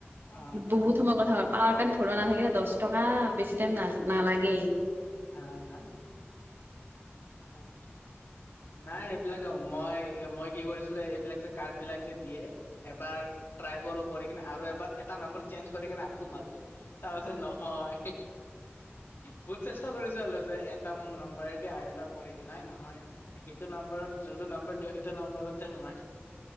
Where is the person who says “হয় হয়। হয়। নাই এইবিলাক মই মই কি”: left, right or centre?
Left